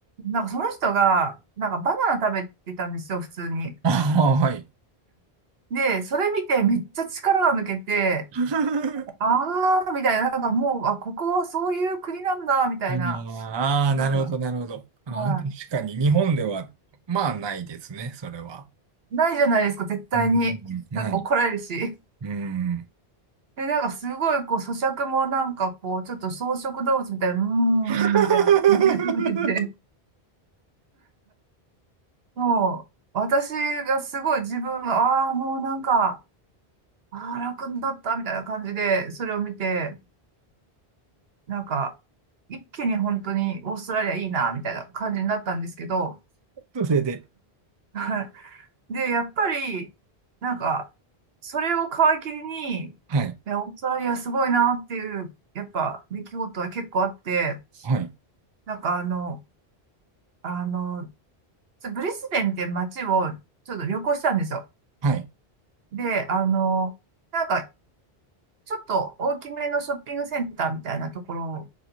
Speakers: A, on the right; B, on the right.
A: なんかその人が、なんかバナナ食べてたんですよ、普通に。
B: ああ、はい。
A: で、それ見てめっちゃ力が抜けて、
B: <laughs>
A: あー、みたいな、なんかもう、あ、ここはそういう国なんだ、みたいな。
B: ああ、
A: なんか、
B: なるほど、なるほど。ああ、
A: は
B: 確かに日本では、まあないですね、それは。
A: い。ないじゃないですか、絶対に。
B: うん、ない。
A: なんか怒られるし。
B: うん。
A: で、なんかすごい、こう、咀嚼もなんかこう、ちょっと草食動物みたいな、うーん、
B: <laughs>
A: みたいな。<laughs> 食べててもう、私がすごい自分が、ああ、もうなんか、ああ、楽になった、みたいな感じで、それを見て、なんか、一気に本当にオーストラリアいいな、みたいな感じになったんですけど、
B: それで。
A: <laughs> で、やっぱり、なんか、それを皮切りに、い
B: はい、
A: や、オーストラリアすごいなっていう、やっぱ、出来事は結構あって、
B: はい、
A: なんかあの、あの、ちょブリスベンっていう街をちょっと旅行したんですよ。
B: はい、
A: で、あの、なんか、ちょっと大きめのショッピングセンターみたいなところ